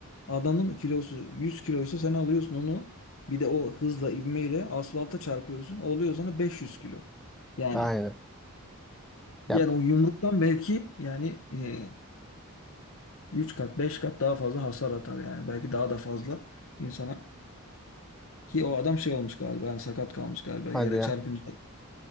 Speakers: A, on the left; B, in the centre.
A: adamın kilosu 100 kiloysa sen alıyorsun onu. Bir de o hızla ivmeyle asfalta çarpıyorsun. Oluyor sana 500 kilo. Yani
B: Aynen. Ya
A: yani o yumruktan belki yani e, 3 kat 5 kat daha fazla hasar atar yani. Belki daha da fazla insana. Ki o adam şey olmuş galiba. Yani sakat kalmış galiba
B: hadi
A: yere
B: ya.
A: çarpınca.